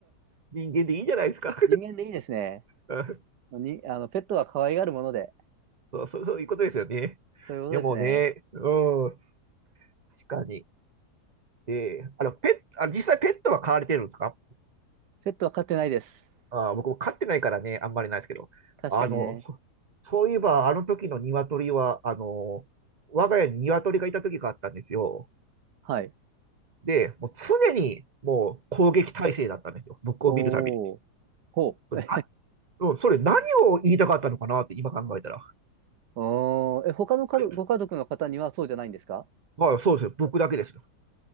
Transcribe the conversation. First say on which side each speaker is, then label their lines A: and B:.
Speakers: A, on the right (about 35°); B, on the right (about 85°).
A: 人間でいいじゃないですか。
B: 人間でいいですね。
A: <laughs> うん
B: に、あの、ペットは可愛がるもので。
A: そう、そう、そういうことですよね。
B: そういうことですね。
A: でもね、うん。確かに。で、あの、ペット、あ、実際ペットは飼われてるんですか
B: ペットは飼ってないです。
A: あー、僕も飼ってないからね、あんまりないですけど。
B: 確かにね。
A: あの、そ、そういえば、あの時の鶏は、あの、我が家に鶏がいた時があったんですよ。
B: はい。
A: で、もう常にもう攻撃態勢だったんですよ。僕を見るたびに。
B: おー。ほう。
A: な、うん、それ何を言いたかったのかなって今考えたら。
B: おー。え、他のかどご家族の方にはそうじゃないんですか
A: これ、まあそうですよ。僕だけですよ。